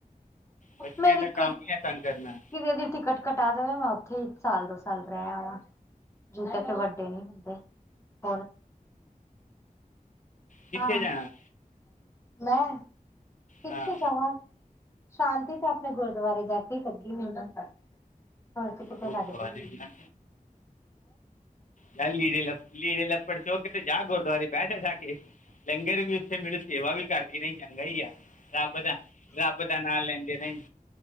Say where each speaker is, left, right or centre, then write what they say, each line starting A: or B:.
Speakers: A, on the left; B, on the left.
A: ਬੱਚਿਆਂ
B: ਮੇਰੀ
A: ਦਾ ਕੰਮ
B: ਕੁ
A: ਹੀ ਆ ਤੰਗ
B: ਕਿ
A: ਕਰਨਾ
B: ਦੀ ਟਿਕਟ ਕਟਾ ਦੇਵੇ ਮੈਂ ਉੱਥੇ ਹੀ ਸਾਲ ਦੋ ਸਾਲ ਰਹਿ ਵਾਂ। ਜਦੋ ਤੱਕ ਵੱਡੇ ਨੀ ਹੁੰਦੇ ਹੋਰ
A: ਕਿੱਥੇ
B: ਹਾਂ
A: ਜਾਣਾ
B: ਮੈਂ ਕਿਥੇ
A: ਹਾਂ
B: ਜਾਵਾ? ਸ਼ਾਂਤੀ ਤੇ ਆਪਣੇ ਗੁਰਦੁਆਰੇ ਜਾ ਕੇ ਹੀ ਲੱਗੀ ਮੈਨੂੰ। ਹੋਰ ਤੇ ਕਿਤੇ
A: ਗੁਰਦੁਆਰੇ
B: ਲੱਗਦੀ ਨੀ
A: ਜਾਣਾ ਜਾ ਲੀੜੇ ਲ ਲੀੜੇ ਲੱਪੜ ਚੌ ਕੇ ਤੇ ਜਾ ਗੁਰਦੁਆਰੇ ਬੈਠ ਜਾ ਕੇ। ਲੰਗਰ ਵੀ ਉੱਥੇ ਮਿਲੂ, ਸੇਵਾ ਵੀ ਕਰ ਰਾਹੀਂ ਚੰਗਾ ਹੀ ਆ ਰੱਬ ਦਾ ਰੱਬ ਦਾ ਨਾਂ ਲੈਂਦੇ ਰਹੀਂ।